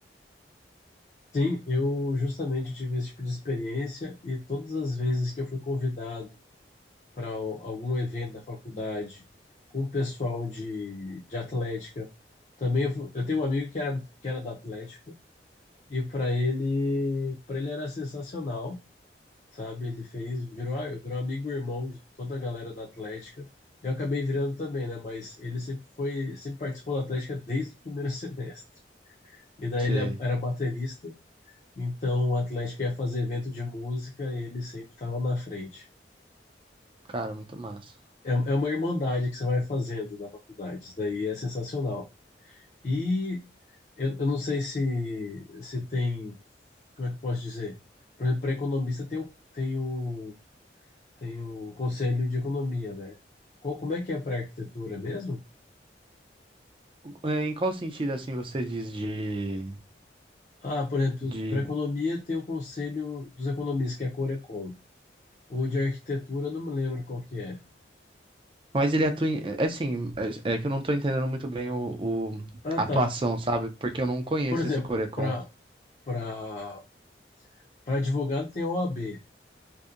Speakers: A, on the left; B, on the right.
A: Sim, eu justamente tive esse tipo de experiência e todas as vezes que eu fui convidado para algum evento da faculdade com o pessoal de, de atlética, também eu, fu- eu tenho um amigo que era, que era da atlética, E para ele, para ele era sensacional, sabe? Ele fez, virou, virou amigo e irmão de toda a galera da Atlética. Eu acabei virando também, né? Mas ele sempre foi, sempre participou da Atlética desde o primeiro <laughs> semestre. E daí
B: Sei.
A: ele era baterista, então a Atlética ia fazer evento de música e ele sempre estava na frente.
B: Cara, muito massa.
A: É, é uma irmandade que você vai fazendo na faculdade, isso daí é sensacional. E eu, eu não sei se, se tem como é que eu posso dizer? Por exemplo, para economista tem o, tem o, tem o Conselho de Economia, né? Qual, como é que é para arquitetura mesmo?
B: É, Em qual sentido, assim, você diz de...
A: Ah, por exemplo,
B: de...
A: para economia tem o Conselho dos Economistas, que é a Corecon. Ou de arquitetura, eu não me lembro qual que é.
B: Mas ele atua em... É assim, é é que eu não tô entendendo muito bem o, o-
A: Ah,
B: a
A: tá.
B: atuação, sabe? Porque eu não conheço
A: Por exemplo,
B: esse Corecon.
A: para para para advogado tem a OAB